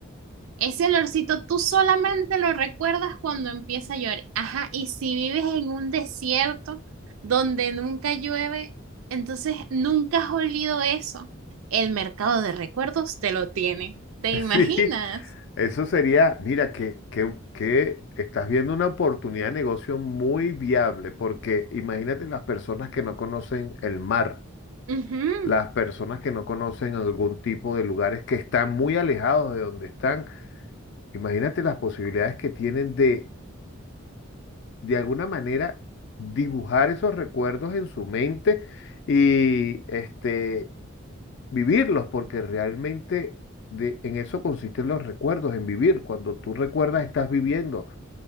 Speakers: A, on the right; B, on the left.
A: Ese olorcito tú solamente lo recuerdas cuando empieza a llover. Ajá, y si vives en un desierto donde nunca llueve, entonces nunca has olido eso. El mercado de recuerdos te lo tiene. ¿Te
B: <laughs>
A: imaginas?
B: Sí, Eso sería, mira, que, que- que estás viendo una oportunidad de negocio muy viable, porque imagínate las personas que no conocen el mar,
A: Ujú.
B: las personas que no conocen algún tipo de lugares que están muy alejados de donde están. Imagínate las posibilidades que tienen de, de alguna manera, dibujar esos recuerdos en su mente y este, vivirlos, porque realmente de, en eso consisten los recuerdos, en vivir. Cuando tú recuerdas, estás viviendo.